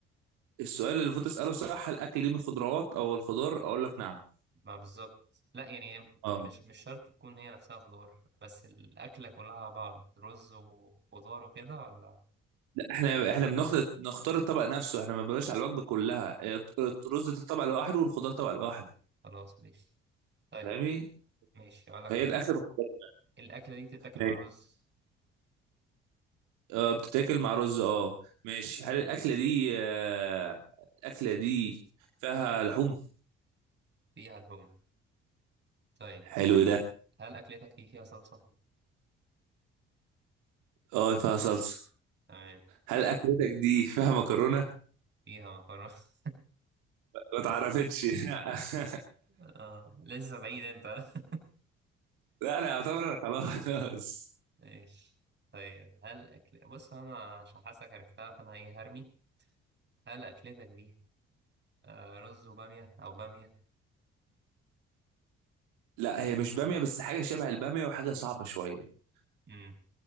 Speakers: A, on the right; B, on the right.
A: السؤال اللي المفروض تساله صح هل الاكل دي من خضروات او الخضار اقول لك نعم
B: ما بالظبط لا يعني هي
A: اه
B: مش مش شرط تكون هي نفسها خضار بس الأكلة كلها على بعض رز وخضار وكده ولا
A: لا احنا احنا بناخد نختار الطبق نفسه احنا ما بنقولش على الوجبه كلها هي رز الطبق لوحده والخضار طبق لوحده
B: خلاص ماشي طيب
A: فاهمني
B: ماشي أقول لك
A: فهي
B: حاجة
A: الاكله بخضار
B: الأكلة دي تتاكل مع
A: ماشي
B: رز
A: اه بتتاكل مع رز اه ماشي هل الاكله دي آه الاكله دي فيها لحوم
B: فيها لحوم طيب
A: حلو ده
B: هل أكلتك دي فيها صلصة؟
A: اه فيها صلصه
B: تمام
A: هل اكلتك دي فيها مكرونه
B: فيها مكرونة <laughs>
A: ما اتعرفتش <laughs>
B: آه لسه بعيد أنت <laughs>
A: لا انا اعتبر انا خلاص
B: ماشي طيب هل أكل بص أنا عشان حاسك عرفتها فأنا إيه هرمي هل أكلتك دي آه رز وبامية أو بامية؟
A: لا هي مش باميه بس حاجه شبه الباميه وحاجه صعبه شويه
B: امم